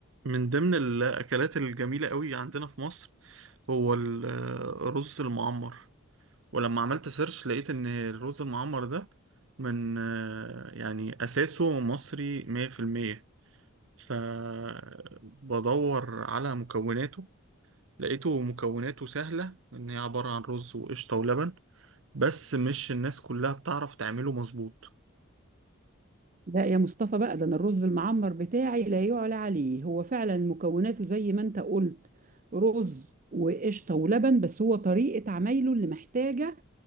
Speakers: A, on the right; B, on the right.
A: من ضمن الأكلات الجميلة قوي عندنا في مصر هو الرز المعمر ولما عملت سيرش لقيت إن الرز المعمر ده من آه، يعني أساسه مصري 100% فبدور على مكوناته لقيته مكوناته سهلة إن هي عبارة عن رز وقشطة ولبن بس مش الناس كلها بتعرف تعمله مظبوط
B: لا يا مصطفى بقى ده انا الرز المعمر بتاعي لا يعلى عليه هو فعلا مكوناته زي ما انت قلت رز وقشطه ولبن بس هو طريقه عمايله اللي محتاجه